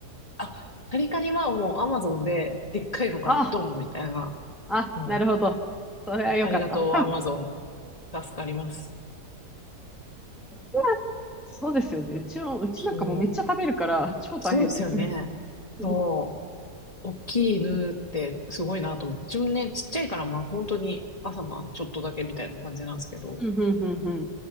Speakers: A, on the left (about 25°); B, in the centre.
A: あ、カリカリはもうアマゾンででっかいのがドンみたいな。
B: あ、あ、
A: も
B: なるほど。それはよかった。
A: う、ありがとうアマゾン。助かります。
B: <laughs> そうですよね。うちも、うちなんかもうめっちゃ食べるから、
A: そ
B: 超大変です。
A: う。そうですよね。
B: うん、
A: そう。大きい犬ってすごいなと思って。自分ね、ちっちゃいからまあ本当に朝晩ちょっとだけみたいな感じなんですけど。
B: うん、うん、うん。